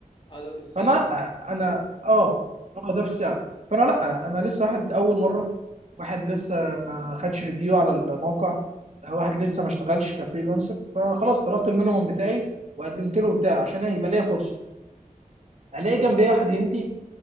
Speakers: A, on the left (about 35°); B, on the right (about 50°).
A: هذا في الساعة
B: فانا لا
A: دي
B: انا
A: صح؟
B: اه اه ده في الساعه فانا لا
A: مم.
B: انا لسه واحد اول مره واحد لسه ما خدش ريفيو على الموقع واحد لسه ما اشتغلش كفريلانسر فخلاص طلبت المينيموم بتاعي وقدمت له بتاع عشان يبقى ليا فرصه الاقي
A: تمام
B: جنبي واحد هندي